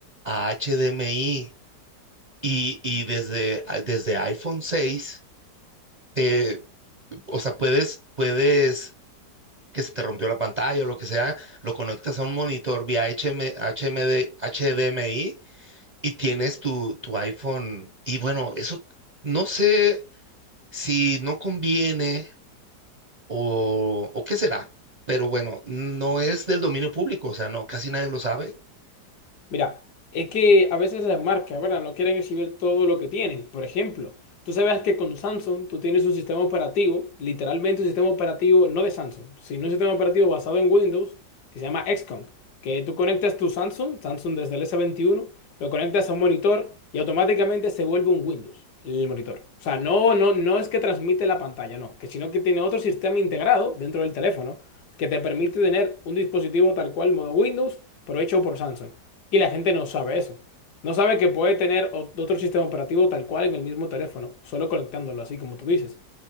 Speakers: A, on the right; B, on the left.
A: a HDMI y, y desde, desde iPhone seis, eh, o sea, puedes, puedes que se te rompió la pantalla o lo que sea, lo conectas a un monitor vía HM HMD HDMI y tienes tu, tu iPhone. Y bueno, eso no sé si no conviene o, o qué será, pero bueno, no es del dominio público, o sea, no, casi nadie lo sabe.
B: Mira, es que a veces las marcas, ¿verdad? No quieren exhibir todo lo que tienen. Por ejemplo, tú sabes que con Samsung tú tienes un sistema operativo, literalmente un sistema operativo, no de Samsung, sino un sistema operativo basado en Windows que se llama XCOM, que tú conectas tu Samsung, Samsung desde el s veintiuno lo conectas a un monitor y automáticamente se vuelve un Windows, el monitor. O sea, no, no, no es que transmite la pantalla, no, que sino que tiene otro sistema integrado dentro del teléfono que te permite tener un dispositivo tal cual modo Windows por hecho por Samsung. Y la gente no sabe eso. No sabe que puede tener o- otro sistema operativo tal cual en el mismo teléfono, solo conectándolo, así como tú dices.